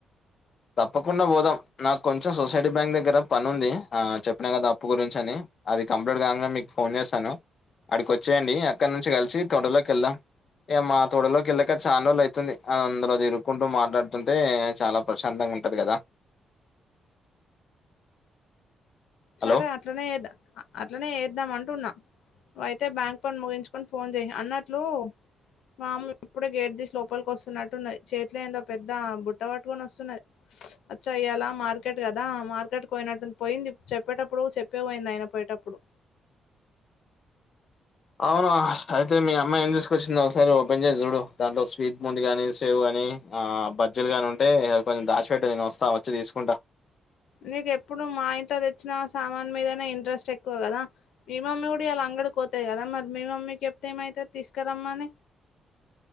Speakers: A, on the left; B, on the left.
A: తప్పకుండా పోదాం నాకు కొంచెం సొసైటీ బ్యాంక్ దగ్గర పని ఉంది ఆ చెప్పిన కదా అప్పు గురించి అని అది కంప్లీట్ కాంగనే మీకు ఫోన్ చేస్తాను అడికి వచ్చేయండి అక్కడి నుంచి కలిసి తోటలోకి వెళ్దాం ఇగ మా తోటలో కెళ్ళక చన రోజులయితుంది అందులో తిరుకుంటూ మాట్లాడుతుంటే చాలా ప్రశాంతంగా ఉంటది కదా
B: సరే
A: హలో
B: అట్లనే చే అట్లనే చేద్దాం అంటున్నా అయితే బ్యాంక్ పని ముగించుకొని ఫోన్ చెయి అన్నట్లు మా అమ్మ ఇప్పుడే గేట్ తీసి లోపలికి వస్తున్నట్టున్నది చేతిలో ఏదో పెద్ద బుట్ట పట్టుకొని వస్తున్నది అచ్చ అయ్యాల మార్కెట్ కదా మార్కెట్ పోయినట్టుంది పోయింది చెప్పేటప్పుడు చెప్పే పోయింది అయినా పోయేటప్పుడు
A: అవునా అయితే మీ అమ్మ ఏం తీసుకొచ్చింది ఒకసారి ఓపెన్ చేసి చూడు దాంట్లో స్వీట్ బూంది గాని సేవ్ గాని ఆ బజ్జిలు గాని ఉంటే ఆది కొంచెం దాచిపెట్టే నేను వస్తా వచ్చి తీసుకుంటా
B: నీకు ఎప్పుడు మా ఇంట్లో తెచ్చిన సామాన్ మీదనే ఇంట్రెస్ట్ ఎక్కువ కదా మీ మమ్మీ కూడా ఇయలా అంగడికి పోతది కదా మరి మీ మమ్మీకి చెప్తే ఏమైతది తీసుకురమ్మని